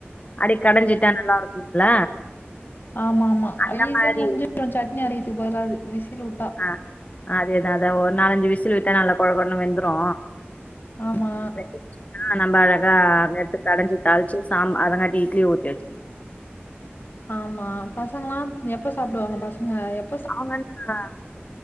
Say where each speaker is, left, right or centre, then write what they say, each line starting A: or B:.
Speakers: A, on the left; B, on the left.
A: அடி கடைஞ்சிட்டா நல்லா இருக்கும்ல
B: ஆமா ஆமா
A: அந்த
B: ஈஸியா
A: மாரி
B: முடிஞ்சு சட்னி அரையதுக்கு பதலா அது விசில் விட்டா
A: ஆ அதேதா அதா ஒரு நாலஞ்சு விசில் விட்டா நல்லா கொழகொழன்னு வெந்துரு
B: ஆமா
A: வெந்து ஆ நம்ம அழகா எடுத்து கடஞ்சி தாழிச்சு சாம் அதங்காட்டி இட்லிய ஊத்
B: ஆமா பசங்கலா எப்ப சாப்டுவாங்க பசங்க எப்
A: அவங்க <unintelligible>